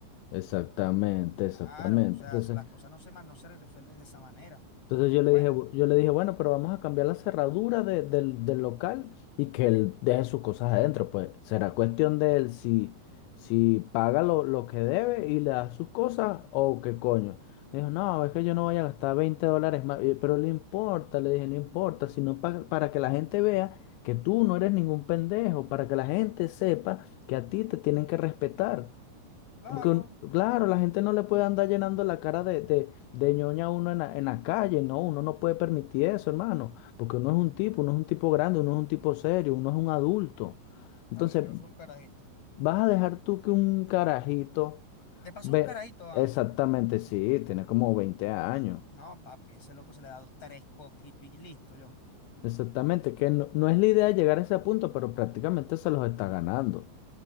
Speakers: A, on the left; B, on the left.
A: exactamente, exactamente.
B: Claro, o sea,
A: Entonces,
B: so- las cosas no se, ma- no se resuelven de esa manera.
A: Entonces yo
B: Pero
A: le
B: bueno,
A: dije, "Bu- yo le dije, bueno, pero vamos a cambiar la cerradura de- del, del local y que él deje sus cosas adentro. Pues será cuestión de él si, si paga lo, lo que debe y le da sus cosas o qué coño. Me dijo, no, es que yo no voy a gastar 20 dólares más. Y yo, Pero le importa, le dije, no importa, sino pa- para que la gente vea que tú no eres ningún pendejo, para que la gente sepa que a ti te tienen que respetar.
B: claro,
A: Porque, un- claro, la gente no le puede andar llenando la cara de, de, de ñoña a uno en la, en la calle, no, uno no puede permitir eso, hermano, porque uno es un tipo, uno es un tipo grande, uno es un tipo serio, uno es un adulto. Entonces,
B: claro, Nicolás fue un carajito.
A: ¿vas a dejar tú que un carajito
B: De paso,
A: ve?
B: un carajito, ah.
A: Exactamente, sí, tiene como 20 años.
B: No, papi, ese loco se le ha dado tres coquitos y listo, yo.
A: Exactamente, que no, no es la idea llegar a ese punto, pero prácticamente se los está ganando.